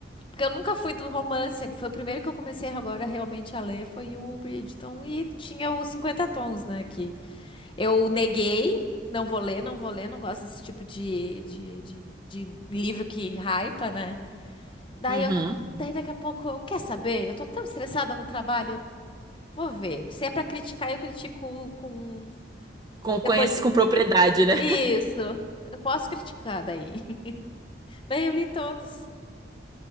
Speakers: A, on the left; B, on the right.
A: Porque eu nunca fui do romance. Foi o primeiro que eu comecei agora realmente a ler, foi o Bridgerton. E tinha os Cinquenta tons, né? Que eu neguei, não vou ler, não vou ler, não gosto desse tipo de, de, de, de livro que hypa, né? Daí
B: Uhum.
A: eu. Daí daqui a pouco eu quer saber? Eu tô tão estressada no trabalho, eu vou ver. Se é pra criticar, eu critico com
B: Com,
A: depois.
B: conhece com propriedade, né?
A: Isso. Eu posso criticar daí. <laughs> Daí eu li todos.